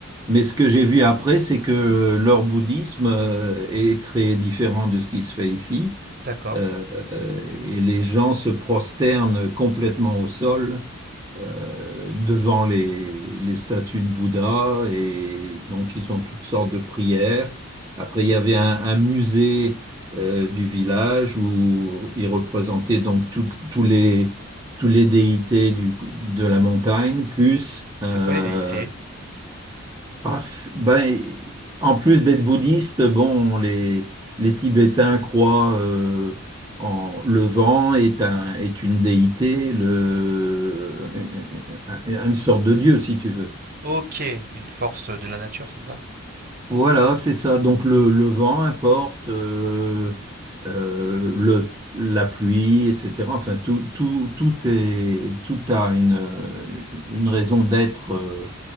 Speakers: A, on the right; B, on the right.
A: Mais ce que j'ai vu après, c'est que leur bouddhisme euh, est très différent de ce qui se fait ici.
B: D'accord.
A: Euh, euh, et les gens se prosternent complètement au sol euh, devant les, les statues de Bouddha et donc ils ont toutes sortes de prières. Après, il y avait un, un musée euh, du village où ils représentaient donc toutes- tous les tous les déités du- de la montagne, plus
B: C'est
A: euh,
B: quoi les déités?
A: ah, c'est- ben, en plus d'être bouddhiste, bon, les, les Tibétains croient euh, en le vent est un, est une déité, le, un- une sorte de dieu, si tu veux.
B: Ok, une force de la nature, c'est ça?
A: Voilà, c'est ça. Donc le, le vent importe, euh, euh, le, la pluie, etc. Enfin, tout, tout, tout est, tout a une, euh, une raison d'être euh,